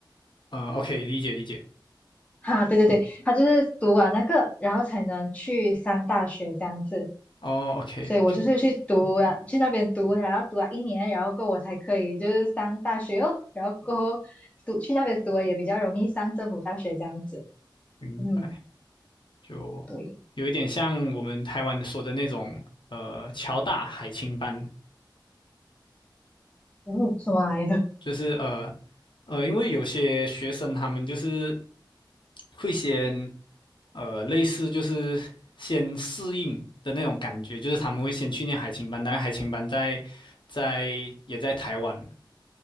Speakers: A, on the left; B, on the left.
A: 呃，OK，理解理解。
B: 哈，对对对，他就是读完那个，然后才能去上大学这样子。
A: 哦，OK，OK，
B: 所以我就是去读了，去那边读，然后读了一年，然后过后我才可以就是上大学哦，然后过后读去那边读了也比较容易上政府大学这样子。
A: 明白。
B: 嗯，
A: 就有一点像我们台湾说的那种呃侨大海青班，
B: 对，嗯，什么来的？
A: 就是呃呃，因为有些学生他们就是会先呃类似就是先适应的那种感觉，就是他们会先去念海青班，当然海青班在在也在台湾，